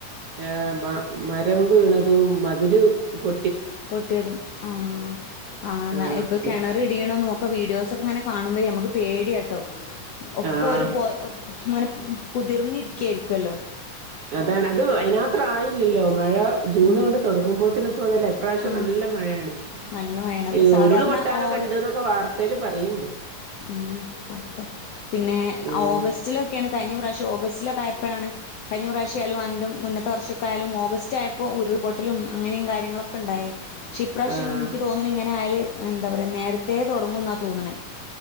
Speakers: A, on the right; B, on the left.
A: ഏ മ മ രം വീണതും മതില് കു
B: പൊട്ടിയതും ആ ആന്ന്
A: ആഹ്
B: ഇപ്പൊ കിണറിടിയണക്കെ വീഡിയോസ് ഒക്കെ ഇങ്ങനെ കാണുമ്പോ നമക്ക് പേടിയാട്ടോ ഒക്കെ
A: ആഹ്
B: ഒരു പോ മനെ കുതിർന്നി കേര്ക്കല്ലോ
A: അതാണ് അത് അയിനാത്ര ആയില്ലല്ലോ മഴ ജൂണ്
B: ഉം
A: അങ്ങട് തുടങ്ങുമ്പോ തന്നെ പോന്നല്ല ഇപ്രാശ്യം
B: ആഹ്
A: നല്ല മഴയാണ്
B: നല്ല മഴയാണ്
A: ഈ
B: സാധാരണ
A: ഉരുള് പൊട്ടാനൊക്കെ
B: ഓരോ
A: ഉണ്ട് എന്നൊക്കെ വാർതെ പറയിണ്ട്
B: ഉമ്മേ കാക്കട്ടെ പിന്നെ
A: ഉം
B: ഓഗസ്റ്റിലൊക്കെണ് കഞ്ഞ പ്രാശ്യം ഓഗസ്റ്റിലൊക്കെയപ്പോഴാണ് കഴിഞ്ഞ പ്രാശ്യ ആലും അന്റെ മുന്നത്തെ വർഷമൊക്കൊയാലും ഓഗസ്റ്റ് ആയപ്പോൾ ഉരുൾപൊട്ടലും അങ്ങനെയും കാര്യങ്ങളൊക്കെണ്ടായേ ഷിപ്രാശ്യം
A: ആഹ്
B: നിക്ക് തോന്നുണ് ഇങ്ങനെ ആയാല് എന്താ പറയാ നേരത്തെേ തൊടങ്ങുംന്നാ തോന്നണേ